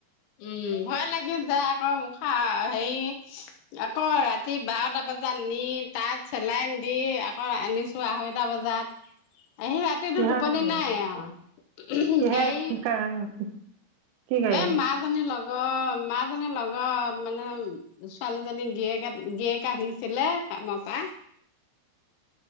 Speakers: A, on the left; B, on the right.
A: উম, ভয় লাগি‌ যায়। আকৌ উশাহ হেৰি আকৌ ৰাতি বাৰটা বজাত নি তাত চেলাই দি আকৌ আনিছোঁ আঢ়ৈটা বজাত
B: <inaudible>
A: আহি ৰাতিটো
B: কিহত
A: টোপনি
B: নিলে,
A: নাই আৰু
B: কিহে
A: গাড়ী
B: <unintelligible> কি গাড়ী
A: এ মাঁজনে ল অ', মাঁ জনী নাযায় মানে ছোৱালীজনী গিৰিয়েকে-গিৰিয়েকে আহিছিলে। কামৰ পা।
B: <inaudible>